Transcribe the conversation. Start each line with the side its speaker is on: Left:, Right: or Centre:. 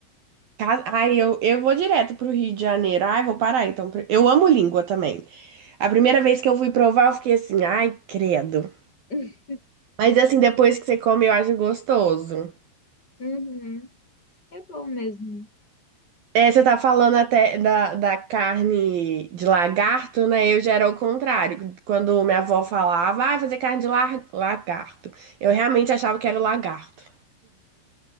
Right: Ca- Ai, eu, eu vou direto pro Rio de Janeiro. Ai, vou parar então. Eu amo língua também. A primeira vez que eu fui provar, eu fiquei assim, ai, credo.
Left: <laughs>
Right: Mas assim, depois que você come, eu acho gostoso.
Left: Uhum. É bom mesmo.
Right: É, você tá falando até da, da carne de lagarto, né? Eu já era o contrário. Quando minha avó falava, ah, fazer carne de lar- lagarto. Eu realmente achava que era o lagarto.